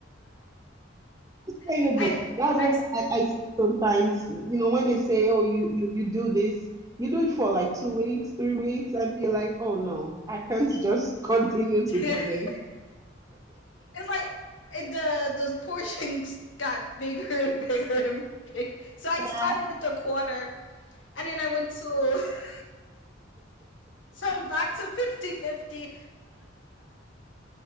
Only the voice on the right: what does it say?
terrible.
That's
what I, I see sometimes. You know, when they say, "Oh, you, you you do this," you do it for like two weeks, three weeks, and you're like, "Oh no, I can't <laughs> just continue
to do this."
Yeah.